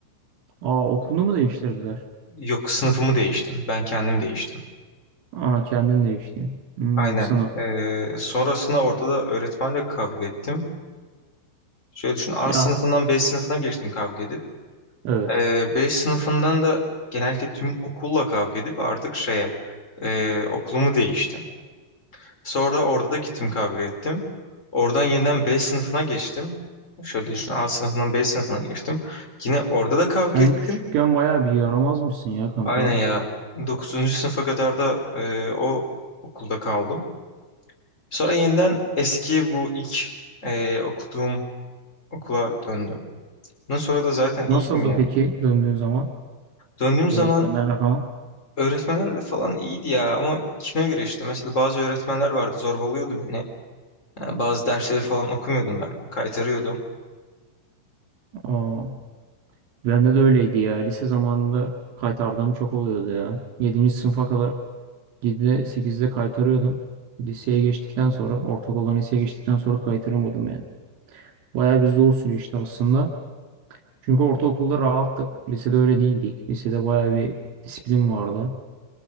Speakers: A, on the right; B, on the left.
A: Aa okulunu mu değiştirdiler?
B: Yok sınıfımı değiştim. Ben kendim değiştim.
A: Aa kendin değiştin. Hmm,
B: Aynen.
A: sınıf.
B: Eee, sonrasında orada da öğretmenle kavga ettim. Şöyle düşün A
A: Ya
B: sınıfından B sınıfına geçtim kavga edip.
A: evet.
B: Ee, B sınıfından da genellikle tüm okulla kavga edip artık şeye e, okulumu değiştim. Sonra orada da gittim kavga ettim. Oradan yeniden B sınıfına geçtim. Şöyle düşün A sınıfından B sınıfına geçtim. Yine orada da kavga
A: Sen
B: ettim.
A: küçükken bayağı bir yaramazmışsın ya kanka.
B: Aynen ya 9. sınıfa kadar da e, o okulda kaldım. Sonra yeniden eski bu ilk e, okuduğum okula döndüm. Bundan sonra da zaten iyiydim
A: Nasıldı
B: ya.
A: peki döndüğün zaman?
B: Döndüğüm zaman
A: Öğretmenlerle falan.
B: Öğretmenler de falan iyiydi ya ama kime göre işte. Mesela bazı öğretmenler vardı zorbalıyordu beni. Yani bazı dersleri falan okumuyordum ben. Kaytarıyordum.
A: Aa, bende de öyleydi ya. Lise zamanında kaytardığım çok oluyordu ya. Yedinci sınıfa kadar. 7'de 8'de kaytarıyordum. Liseye geçtikten sonra ortaokuldan liseye geçtikten sonra kaytaramadım yani. Bayağı bir zor süreçti aslında. Çünkü ortaokulda rahattık. Lisede öyle değildik. Lisede bayağı bir disiplin vardı.